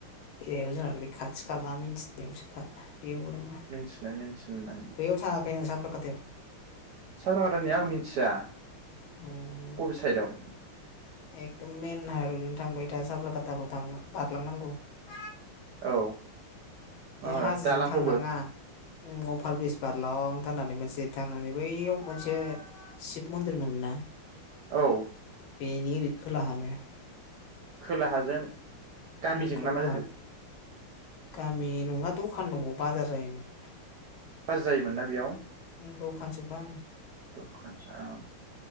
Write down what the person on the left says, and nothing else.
बेरायोबा जाहा बे खाथि खाला मिथिनायावसोखा बेयावलाय मा
बैयाव थाङाखै नों साफ्राकातायाव
न' नोङो
एकदम मेन हाइरडजों थांबाय था साब्राकाताखौ थां बारलांनांगौ ।
ए हाजोजों
थांनांङा उम अभार ब्रिज बारलां थारनानै मोनसे थांनानै बैयाव मोनसे शिब मन्दिर मोनो ना
बेनि ओरै खोलाहानो।
उम खोलाहा।
गामि नङा दखान दंङ बाजार जायोमोन।
दखानसो फां।